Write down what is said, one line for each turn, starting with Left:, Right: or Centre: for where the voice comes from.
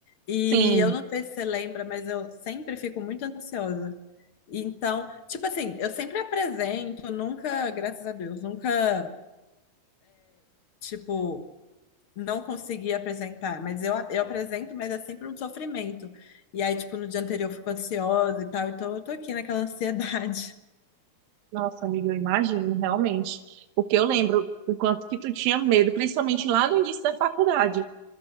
Left: e
Right: Sim,
Left: eu não sei se você lembra, mas eu sempre fico muito ansiosa. Então, tipo assim, eu sempre apresento, nunca, graças a Deus, nunca, tipo, não consegui apresentar, mas eu, eu apresento, mas é sempre um sofrimento. E aí, tipo, no dia anterior eu fico ansiosa e tal, então eu tô aqui naquela ansiedade. <laughs>
Right: nossa amiga, eu imagino, realmente. O que eu lembro o quanto que tu tinha medo, principalmente lá no início da faculdade,